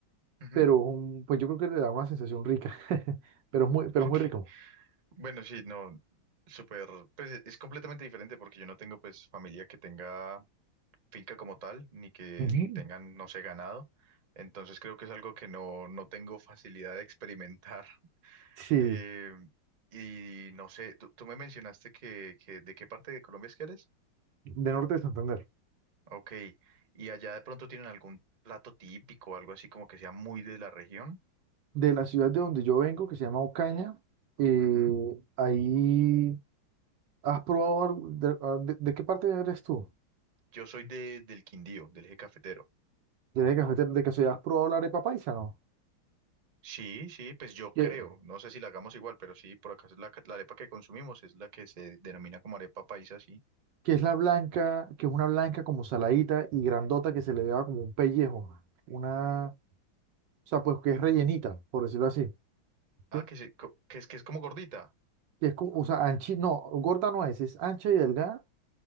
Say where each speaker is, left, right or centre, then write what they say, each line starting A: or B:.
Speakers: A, on the right; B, on the right.
A: ujú.
B: pero mm, pues yo creo que le da una sensación rica, <laughs> pero es muy,
A: <laughs>
B: pero
A: Ok.
B: es muy rico.
A: Bueno, sí, no, súper, pues e- es completamente diferente porque yo no tengo pues familia que tenga finca como tal, ni que
B: Ujú.
A: tengan, no sé, ganado. Entonces creo que es algo que no, no tengo facilidad de experimentar. <laughs>
B: Sí,
A: Eh, y no sé, tú, tú me mencionaste que, que de qué parte de Colombia es que eres.
B: de norte de Santander.
A: Ok, y allá de pronto tienen algún plato típico, algo así como que sea muy de la región.
B: de la ciudad de donde yo vengo, que se llama Ocaña. eh,
A: Ujú.
B: ahí has probado, algo- de, ah, de- ¿de qué parte eres tú?
A: Yo soy de, del Quindío, del eje cafetero.
B: ¿De, de, cafetero? ¿De casualidad has probado la arepa paisa, no?
A: Sí, sí, pues yo
B: Que,
A: creo, no sé si la hagamos igual, pero sí, por acá es la, la arepa que consumimos es la que se denomina como arepa paisa, sí.
B: que es la blanca, que es una blanca como saladita y grandota que se le da como un pellejo. Una, o sea, pues que es rellenita, por decirlo así. ¿sí?
A: Ah, que, se, co- que es que es como gordita.
B: Que es como, o sea, anchi, no, gorda no es, es ancha y delgada,